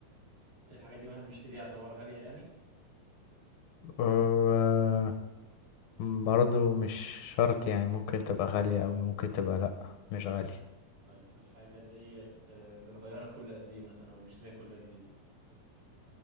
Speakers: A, on the right; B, on the left.
A: الحاجة دي واحنا بنشتريها تعتبر غالية يعني
B: آه... برضو مش شرط يعني ممكن تبقى غالية اوي ممكن تبقى لأ مش غالية
A: طيب الحاجة ديت آه بنغيرها كل قد ايه مثلا او بنشتريها كل قد ايه